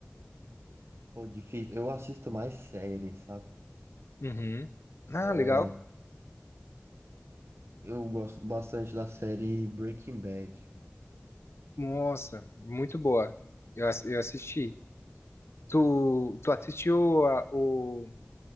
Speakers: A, on the right; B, on the left.
A: Pô, difícil. Eu assisto mais série, sabe?
B: Uhum. Ah,
A: É,
B: legal.
A: eu gosto bastante da série Breaking Bad.
B: Nossa, muito boa. Eu, ass- eu assisti. Tu, tu assistiu a- o